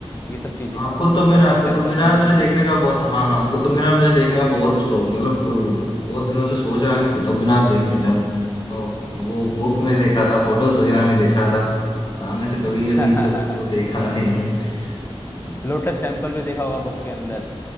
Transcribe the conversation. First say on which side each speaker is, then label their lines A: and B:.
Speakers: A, on the left; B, on the left.
A: ये सब चीज़ें
B: हाँ कुतुब मीनार
A: लोटस
B: कुतुब
A: टेम्पल
B: मीनार
A: तुमने
B: मुझे
A: सुना
B: देखने का बहुत हाँ हाँ कुतुब मीनार मुझे देखने का बहुत शौक मतलब अ, बहुत दिनों से सोच रहा कि कुतुब मीनार देखने जाऊँ वो बुक में देखा था फोटोज वगैरह में देखा था सामने से कभी अभी
A: हो?
B: तक तो देखा नहीं हूँ हाँ।
A: <laughs> लोटस टेम्पल भी देखा होगा बुक के अंदर